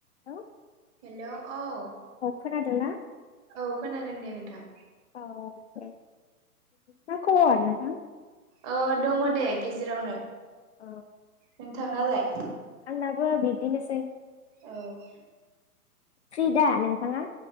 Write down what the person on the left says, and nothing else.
औ
खोनादों ना?
औ दे मा खबर नोंथां?
औ
आंना बो बिदिनोसै।
फ्रि दा नोंथाङा?